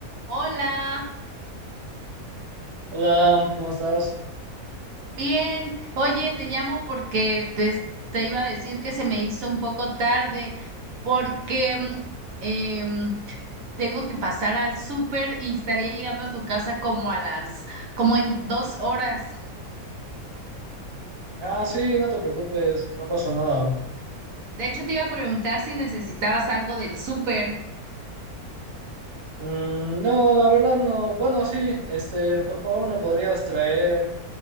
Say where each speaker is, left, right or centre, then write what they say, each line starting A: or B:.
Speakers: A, on the right (about 65°); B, on the right (about 25°).
A: Hola,
B: Hola, ¿cómo estás?
A: bien. Oye, te llamo porque te, te iba a decir que se me hizo un poco tarde porque mm, em, tengo que pasar al súper y estaría llegando a tu casa como a las, como en dos horas.
B: Ah, sí, no te preocupes, no pasó nada.
A: De hecho, te iba a preguntar si necesitabas algo del súper.
B: Mm, no, la verdad no. Bueno, sí, este, por favor, ¿me podrías traer